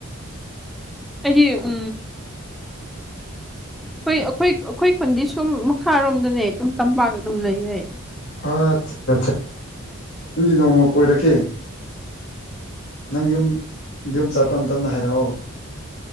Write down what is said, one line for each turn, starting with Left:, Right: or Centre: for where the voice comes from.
Centre: ꯑꯩꯗꯤ ꯎꯝ ꯈꯣꯏ ꯑꯩꯈꯣꯏ ꯑꯩꯈꯣꯏ ꯄꯟꯗꯤ ꯁꯨꯝ ꯃꯈꯥꯔꯣꯝꯗꯅꯦ ꯇꯨꯝ ꯇꯝꯄꯥꯛ ꯑꯗꯨꯝ ꯂꯩꯌꯦ
Left: ꯑꯥꯠ ꯆꯠ ꯆꯠ ꯑꯗꯨꯗꯤ ꯅꯣꯡꯃ ꯀꯣꯏꯔꯛꯀꯦ ꯅꯪ ꯌꯨꯝ ꯌꯨꯝ ꯆꯠꯄ ꯃꯇꯝꯗ ꯍꯥꯏꯔꯛꯑꯣ